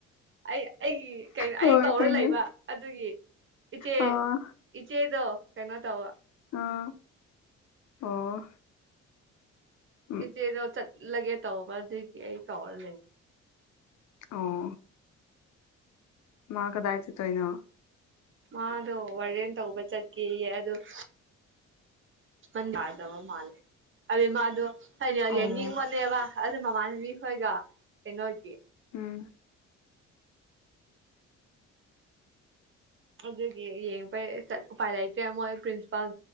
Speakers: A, on the right; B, on the left.
A: ꯑꯩ ꯑꯩ ꯀꯩꯅꯣ
B: ꯍꯣꯏ
A: ꯑꯩ ꯀꯧꯔ
B: ꯈꯪꯉꯦ
A: ꯂꯩꯕ ꯑꯗꯨꯒꯤ ꯏꯆꯦ
B: ꯑꯥ
A: ꯏꯆꯦꯗꯣ ꯀꯩꯅꯣ ꯇꯋꯥ
B: ꯑꯥ ꯑꯣ ꯎꯝ
A: ꯏꯆꯦꯗꯣ ꯆꯠꯂꯒꯦ ꯇꯧꯕ ꯑꯗꯨꯒꯤ ꯑꯩ ꯀꯧꯔ ꯂꯩꯕ
B: ꯑꯣ ꯃꯥ ꯀꯗꯥ ꯆꯦ ꯇꯣꯣꯏꯅ
A: ꯃꯥꯗꯣ ꯋꯥꯔꯦꯟ ꯇꯧꯕ ꯆꯠꯀꯦꯌꯦ ꯑꯗꯨꯗ ꯟ ꯌꯥꯗꯕ ꯃꯥꯜꯂꯦ ꯑꯗꯨ ꯃꯥꯗꯣ ꯑꯩꯅꯥ
B: ꯑꯣ
A: ꯌꯦꯡꯅꯤꯡꯕꯅꯦꯕ ꯑꯗꯨ ꯃꯃꯥꯟꯅꯕꯤ ꯈꯣꯏꯗꯣ ꯀꯩꯅꯣꯒꯤ
B: ꯎꯝ
A: ꯑꯗꯨꯒꯤ ꯌꯦꯡꯕꯩ ꯆꯠꯄ ꯀꯟꯗꯥ ꯃꯣꯏ ꯄ꯭ꯔꯤꯟꯁꯤꯄꯥꯜ